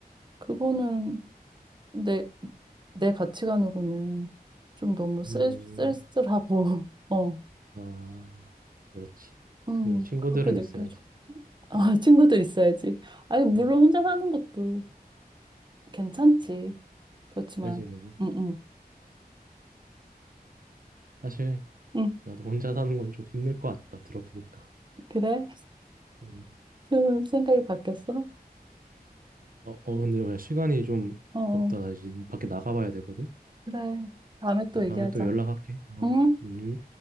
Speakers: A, on the right; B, on the right.
A: 그거는 내, 내 가치관으로는 좀 너무 쓸,
B: 음,
A: 쓸쓸하고, <laughs> 어,
B: 아, 그렇지.
A: 음,
B: 그 친구들은
A: 그렇게 느껴져.
B: 있어야지.
A: 아,
B: 어,
A: 친구들 있어야지. 아니, 물론
B: 어,
A: 혼자 사는 것도 괜찮지. 그렇지만,
B: 그지, 그지.
A: 응, 응,
B: 사실
A: 응,
B: 나도 혼자 사는 건 좀 힘들 것 같다 들어보니까.
A: 그래? <laughs>
B: 음.
A: 좀 생각이 바뀌었어?
B: 어, 어 근데 야, 시간이 좀
A: 어. 어.
B: 없다. 나 이제 밖에 나가봐야 되거든.
A: 그래. 다음에 또 얘기하자.
B: 다음에 또 연락할게. 어.
A: 응?
B: 음.